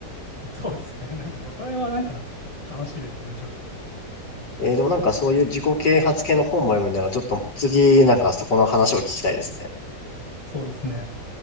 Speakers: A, on the left; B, on the left.
A: そうですね。なんかそこら辺はなんか悲しいですよね、ちょっと。
B: えー、でもなんかそういう自己啓発系の本も読むならちょっと次なんかそこの話を聞きたいですね。
A: そうですね。